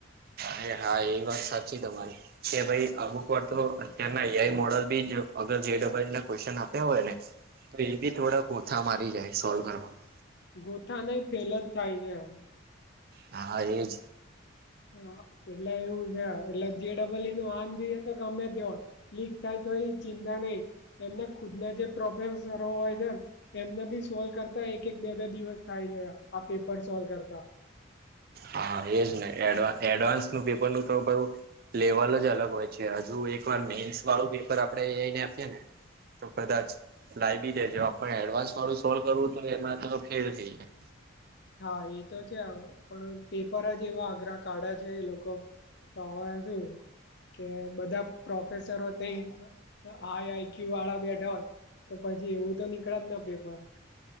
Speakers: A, on the right (about 50°); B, on the left (about 55°).
A: અરે હા એ વાત સાચી તમારી કે ભાઈ અમુક વાર તો અત્યારના એઆઈ મોડલ બી <unintelligible> જેડબલ ના ક્વેશન આપ્યા હોય ને તો એ બી થોડા ગોથા મારી જાય સોલ્વ કરવામાં
B: ગોથા નય ફેલ જ થાય ગયા
A: હા એજ
B: હા એટલે એવું છે, એટલે જેડબલીનું આંધી ગમે તે હોય લીક થાય તો એ ચિંતા નહી એમને ખુદના જે <inaudible> એમને બી સોલ્વ કરતા એક એક બે બે દિવસ થાય છે આ પેપર સોલ્વ કરતા
A: હા એજ ને એડવા એડવાન્સનું પેપરનું તો કયુ લેવલ જ અલગ હોય છે, હજુ એક વાર મેન્સ વાળું પેપર આપડે જઈને આપીએને તો કદાચ લાયબી જાય જો આપને એડવાન્સ વારું સોલ્વ કરવું તો એમાં તો ફેલ થઈ જાય
B: હા એ તો છે, ણ પેપર જ એવા અઘરા કાઢ્યા છે, એ લોકો તો હવે શું કે બધા પ્રોફેસરો થઈ આઈ આઈચ્યુ વાળા બેઠા હોય તો પછી એવું તો નીકળે જ ને પેપર